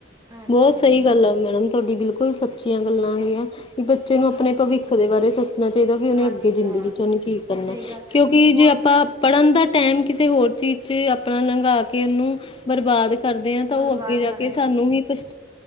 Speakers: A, on the right (about 20°); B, on the left (about 30°).
A: ਹਾਂਜੀ
B: ਬਹੁਤ ਸਹੀ
A: ਹਾਂ
B: ਗੱਲ ਆ ਮੈਡਮ ਤੁਹਾਡੀ ਬਿਲਕੁਲ ਸੱਚੀਆਂ ਗੱਲਾਂ ਹੈ ਗੀਆਂ ਵੀ ਬੱਚੇ ਨੂੰ ਆਪਣੇ
A: ਹਾਂਜੀ
B: ਭਵਿੱਖ ਦੇ ਬਾਰੇ ਸੋਚਣਾ ਚਾਹੀਦਾ ਵੀ ਉਹਨੇ
A: ਹਾਂਜੀ
B: ਅੱਗੇ ਜ਼ਿੰਦਗੀ
A: ਹਾਂ
B: ਚ ਉਹਨੂੰ ਕੀ ਕਰਨਾ
A: ਸਹੀ ਗੱਲ
B: ਕਿਉਂਕਿ
A: ਹੁਣ
B: ਜੇ ਆਪਾਂ ਪੜ੍ਹਨ ਦਾ ਟਾਈਮ ਕਿਸੇ ਹੋਰ ਚੀਜ਼ ਚ ਆਪਣਾ ਲੰਘਾ ਕੇ ਇਹਨੂੰ ਬਰਬਾਦ ਕਰਦੇ ਹਾਂ ਤਾਂ
A: ਬਰਬਾਦ
B: ਉਹ ਅੱਗੇ ਜਾ
A: ਕਰ
B: ਕੇ
A: ਰਿਹਾ
B: ਸਾਨੂੰ ਹੀ ਪਛ